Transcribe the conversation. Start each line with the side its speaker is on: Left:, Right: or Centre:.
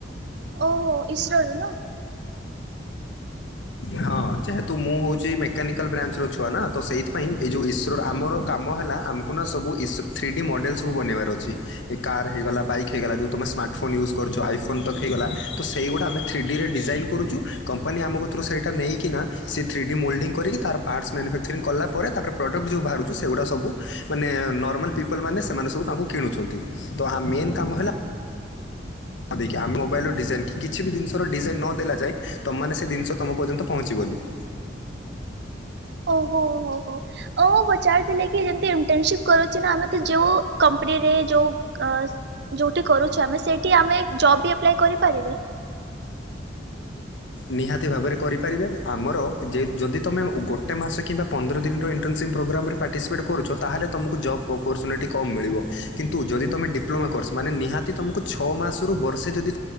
Right: ଓହୋ ଇସ୍ରୋରୁ ନୁହଁ।
Left: ହଁ ଯେହେ ତୁ ମୁଁ ହଉଛି ମେକାନିକାଲ୍ ବ୍ରାଞ୍ଚ ର ଛୁଆ ନା ତ ସେଇଥିପାଇଁ ଏଇ ଯଉ ଇସ୍ରୋର ଆମର କାମ ହେଲା ଆମକୁ ନା ସବୁ ଇସ ଥ୍ରୀ ଡି ମଡ଼େଲ୍ ସବୁ ବନେଇବାର ଅଛି। ଏ କାର୍ ହେଇଗଲା ବାଇକ୍ ହେଇଗଲା ଯଉଁ ତୁମ ସ୍ମାର୍ଟଫୋନ୍ ୟୁଜ୍ କରୁଛ ଆଇଫୋନ୍ ତକ୍ ହେଇଗଲା ତ ସେଇଗୁଡ଼ା ଆମେ ଥ୍ରୀ ଡି ରେ ଡିଜାଇନ୍। କରୁଛୁ କମ୍ପାନୀ ଆମକ ତୁରୁ ସେଇଟା ନେଇକିନା ସେ ଥ୍ରୀଡି ମୋଲ୍ଡିଙ୍ଗ କରିକି ତାର ପାର୍ଟସ୍ ମ୍ୟାନୁଫାକ୍ଚରିଂ କଲା ପରେ ତା ପ୍ରଡ଼କ୍ଟ ଯଉଁ ବାହାରୁଛି ସେଗୁଡ଼ା ସବୁ। ମାନେ ନର୍ମାଲ ପିପଲ ମାନେ ସେମାନେ ସବୁ ତାକୁ କିଣୁଛନ୍ତି ତ ମେନ କାମ ହେଲା ହଁ ଦେଇକି ଆମ ମୋବାଇଲର ଡିଜାଇନ କିଛି ବି ଜିନିଷର ଡିଜାଇନ ନ ଦେଲା ଯାଏ ତମମାନେ ସେ ଜିନିଷ ତମ ପର୍ଯ୍ୟନ୍ତ ପହଞ୍ଚିବନି।
Right: ଓ ହୋ ହୋ ହୋ। ଓଁ ପଚାରୁଥିଲେ କି ଯେମିତି ଇଣ୍ଟସିପ କରୁଛି ନା ଆମେ ତ ଯୋଉ କମ୍ପାନୀରେ ଯୋଉ ଅ ଯଉଠି କରୁଛୁ ଆମେ ସେଇଠି ଆମେ ଜବ୍ ବି ଆପ୍ଲାଏ କରିପାରିବେ?
Left: ନିହାତି ଭାବରେ କରିପାରିବେ ଆମର ଯେ ଯଦି ତମେ ଗୋଟେ ମାସ କିମ୍ବା ପନ୍ଦର ଦିନର ଇଣ୍ଟର୍ନସିପ୍ ପ୍ରୋଗ୍ରାମରେ ପାର୍ଟିସିପେଟ୍ କରୁଛ ତାହେଲେ ତମକୁ ଜବ୍ ଅପରଚୁନିଟି କମ୍ ମିଳିବ କିନ୍ତୁ ଯଦି ତମେ ଡିପ୍ଲୋମା କରସ ମାନେ ନିହା ଯଦି ତୁମକୁ ଛଅ ମାସରୁ ବର୍ଷ ଯଦି